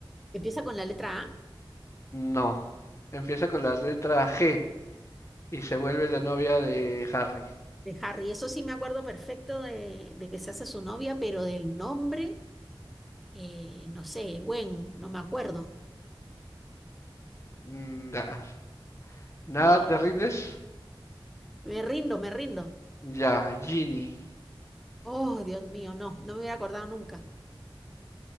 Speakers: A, in the centre; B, on the left.
A: empieza con la letra A
B: No. Empieza con la letra G y se vuelve la novia de Harry.
A: de Harry. Eso sí me acuerdo perfecto de, de que se hace su novia, pero del nombre, eh, no sé, Gwen, no me acuerdo.
B: Mm, da- ¿Nada
A: No,
B: te rindes?
A: me rindo, me rindo.
B: Ya, Ginny.
A: Oh, Dios mío, no, no me hubiera acordado nunca.